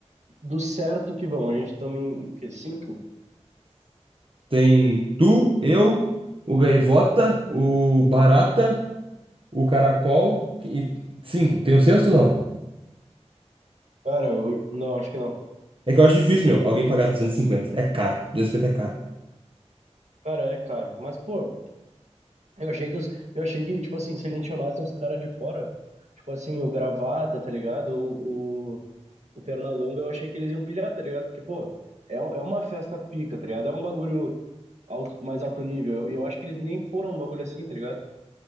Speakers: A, on the right; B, on the right.
A: do certo que vão. A gente estamos em, o quê? Cinco?
B: Tem tu, eu, o Gaivota, o Barata, o Caracol e cinco. Tem o sexto ou não?
A: Cara, eu- não, acho que não.
B: É que eu acho difícil, meu, alguém pagar duzentos e cinquenta É caro. duzentos e cinquenta é caro.
A: Cara, é caro. Mas, pô, Eu achei que os, eu achei que, tipo assim, se a gente chamasse uns caras de fora, tipo assim, o Gravata, tá ligado? O, o, o Pernalonga, eu achei que eles iam pilhar, tá ligado? Porque, pô, é, é uma festa pica, tá ligado? É um bagulho alto- mais alto nível. E eu, eu acho que eles nem foram um bagulho assim, tá ligado?